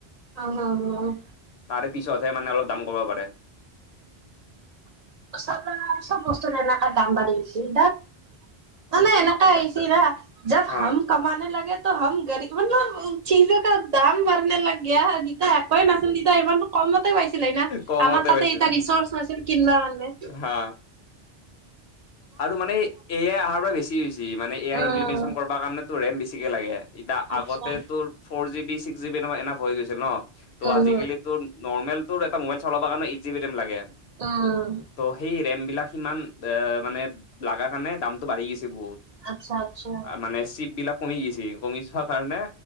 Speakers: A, on the right (about 50°); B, on the left (about 80°).
A: উম উম উম
B: তাৰে পিছতহে মানে অলপ দাম কমাব পাৰে।
A: চালা চব বস্তুৰে এনেকা দাম বাঢ়ি গৈছে, দেত। মানে এনেকা হৈছে না যে
B: হা
A: ভাল কামানে লাগে ত' হাম গৰিব মতলব ঠিক জাগাত দাম বঢ়নে লাগ গায়া, দিতাহে একেই মাচুল দিতা হে ইমান কমতে পাইছিলে না,
B: কমতে
A: আমাৰ তাতে
B: পাইছিল
A: এয়া ৰিচৰ্চ নাছিল কিনবা মানে।
B: হা আৰু মানে এ আই আহাৰপৰা বেছি হৈছে, মানে এ
A: উম
B: আই ইমপ্লিমেচন কৰবাৰ কাৰণে টো ৰেম বেছিকে লাগে, এতিয়া
A: আচ্ছা
B: আগতে তো four GB six GB enough হৈ গৈছে ন'। ত'
A: উম
B: আজিকালি তোৰ নৰ্মেল তোৰ এটা মোবাইল চলাব কাৰণে এইট জিবি ৰেম লাগে।
A: উম
B: ত' সেই ৰেমবিলাক সিমান দে, মানে লাগা কাৰণে দামতটো বাঢ়ি গৈছে বহুত।
A: আচ্ছা আচ্ছা।
B: মানে চিপ বিলাক কমি গছে, কমি যোৱাৰ কাৰণে